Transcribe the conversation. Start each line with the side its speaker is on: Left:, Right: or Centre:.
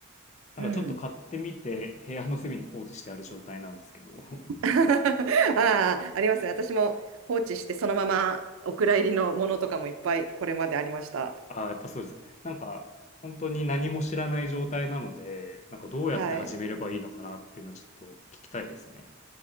Left: なんかちょっと買ってみて部屋の隅に放置してある状態なんですけど
Right: うん。
Left: <laughs>
Right: <laughs> ああ、ありますね。私も放置して、そのままお蔵入りのものとかもいっぱいこれまでありました。
Left: ああやっぱそうですかなんか本当に何も知らない状態なのでなんかどうやって始めればいいのかなっていうのはちょっと聞きたいですね
Right: はい。